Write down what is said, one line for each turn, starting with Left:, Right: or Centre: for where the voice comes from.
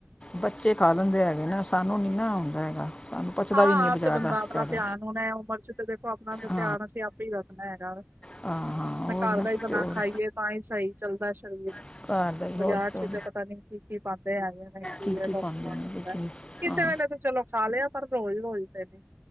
Left: ਬੱਚੇ ਖਾ ਲੈਂਦੇ ਹੈਗੇ ਨਾ ਸਾਨੂੰ ਨੀ ਨਾ ਆਉਂਦਾ ਹੈਗਾ। ਸਾਨੂੰ ਪਚਦਾ
Right: ਹਾਂ,
Left: ਵੀ ਨਹੀਂ ਬਾਜ਼ਾਰ
Right: ਆਪ ਤੇ ਬੰਦਾ
Left: ਦਾ
Right: ਆਪਣਾ
Left: ਜ਼ਿਆਦਾ
Right: ਧਿਆਨ ਹੋਣ ਐਹ ਉਮਰ ਚ ਤੇ ਦੇਖੋ ਆਪਣਾ ਧਿਆਨ
Left: ਹਾਂ
Right: ਅਸੀਂ ਆਪ ਸਰੀਰ ਆਪਨਾ ਹੈਗਾ ਵਾ,
Left: ਹਾਂ ਹਾਂ
Right: ਆਪਣੇ
Left: ਹੋਰ
Right: ਘਰ
Left: ਨਾ
Right: ਦਾ ਹੀ ਬਣਾ
Left: ਤੇ ਹੋਰ
Right: ਖਾਈਏ ਤਾਂ ਹੀ ਸਹੀ ਚੱਲਦਾ ਸਰੀਰ
Left: ਘਰ ਦਾ ਹੀ
Right: ਬਾਜ਼ਾਰ
Left: ਹੋਰ
Right: ਚ
Left: ਤੇ ਹੋਰ
Right: ਤਾਂ ਪਤਾ ਨੀ ਕੀ-ਕੀ ਪਾਾਂਦੇ ਹੈਗੇ। ਕੀਵੇ
Left: ਕੀ ਕੀ
Right: ਦਾ
Left: ਪਾਉਂਦੇ
Right: ਸਮਾਨ
Left: ਨੇ
Right: ਹੁੰਦਾ
Left: ਤੇ
Right: ਐ।
Left: ਕੀ
Right: ਕਿਸੇ
Left: ਹਾਂ
Right: ਵੇਲੇ ਤਾਂ ਚਲੋ ਖਾ ਲਿਆ, ਪਰ ਰੋਜ਼-ਰੋਜ਼ ਤੇ ਨੀ